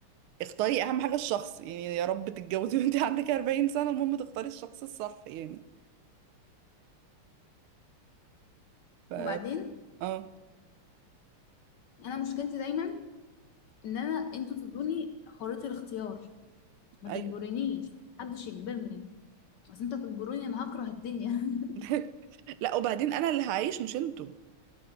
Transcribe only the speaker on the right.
اختاري اهم حاجة الشخص يعني يا رب تتجوزي وانت عندك 40 سنة المهم تختاري الشخص الصح يعني ف
اه
ايوه
<laughs> لا وبعدين انا اللي هعيش مش انتوا